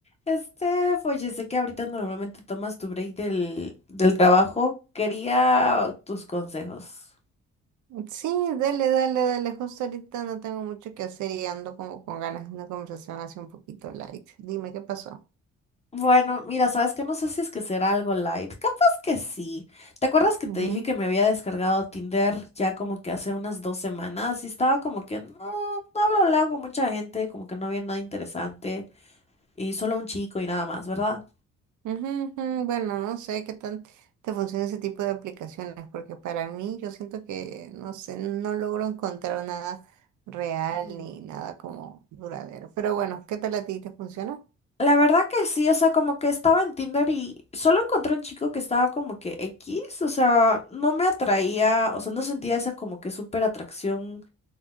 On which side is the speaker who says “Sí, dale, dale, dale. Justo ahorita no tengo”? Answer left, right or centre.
Right